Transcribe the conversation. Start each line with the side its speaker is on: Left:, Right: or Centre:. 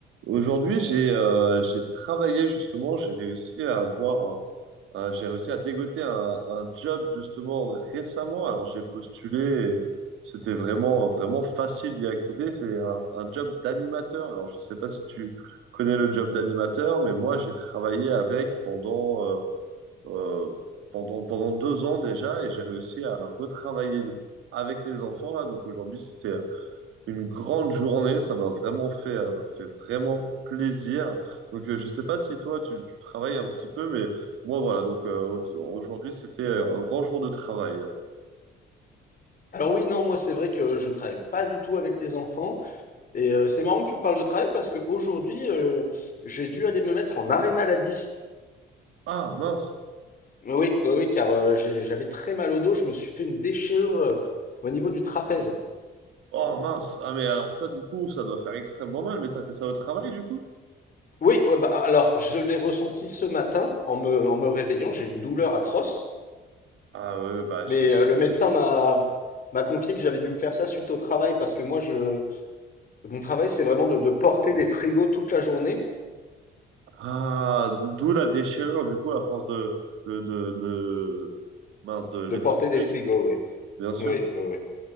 Right: Aujourd'hui, j'ai euh, j'ai travaillé justement, j'ai réussi à avoir un, un- j'ai réussi à dégoter un, un job justement récemment. Alors j'ai postulé, et c'était vraiment vraiment facile d'y accéder. C'est un, un job d'animateur. Alors je sais pas si tu connais le job d'animateur, mais moi j'ai travaillé avec pendant euh, euh, pendant pendant deux ans déjà et j'ai réussi à retravailler avec les enfants là. Donc aujourd'hui, c'était euh, une grande journée. Ça m'a vraiment fait, euh, fait vraiment plaisir. Donc, euh, je sais pas si toi, tu, tu travailles un petit peu, mais moi, voilà. Donc, euh, au- aujourd'hui, c'était un grand jour de travail.
Left: Alors oui, non, moi c'est vrai que je ne travaille pas du tout avec les enfants. Et euh, c'est marrant que tu me parles de travail parce qu'aujourd'hui, euh, j'ai dû aller me mettre en arrêt maladie.
Right: Ah, mince.
Left: Oui, oui, oui, car euh, j'ai- j'avais très mal au dos, je me suis fait une déchirure euh, au niveau du trapèze.
Right: Oh, mince. Ah, mais alors ça, du coup, ça doit faire extrêmement mal. Mais t'as fait ça au travail, du coup?
Left: Oui, ouais, bah, alors je l'ai ressenti ce matin en me, en me réveillant, j'ai une douleur atroce,
Right: Ah, ouais, bah,
Left: mais
Right: j'- j'imagine.
Left: euh, le médecin m'a m'a confié que j'avais dû me faire ça suite au travail parce que moi je mon travail c'est vraiment de, de porter des frigos toute la journée,
Right: Ah, d'où la déchirure, du coup, à force de, de, de, de, mince, de l'effort
Left: de porter
Right: physique,
Left: des frigos, oui.
Right: bien sûr.
Left: Oui, oui, oui.